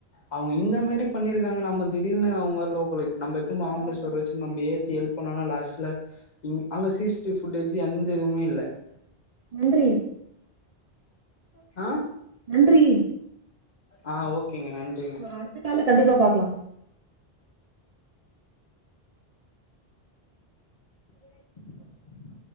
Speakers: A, on the left; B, on the right.
A: அவுங்க இந்த மாரி பண்ணிருக்காங்க நம்ம தி திடீர்னு அவுங்க லோக்கலு இப் நம்ப இப் திரும்ப ஆம்புலஸ்
B: ஆ,
A: ஒரு வச்சு நம்ப ஏத் <inaudible> ஹெல்ப் பண்ணனா லாஸ்ட்ல இங் அங்க சி சி டிவி புட்டேஜ் எந்த இதுவுமே இல்ல <inaudible>
B: நன்றி
A: ஆ
B: நன்றி
A: ஆ ஓக் ஓகேங்க நன்றிங்க
B: அடுத்த கால்ல கண்டிப்பா பாக்கலா
A: <inaudible>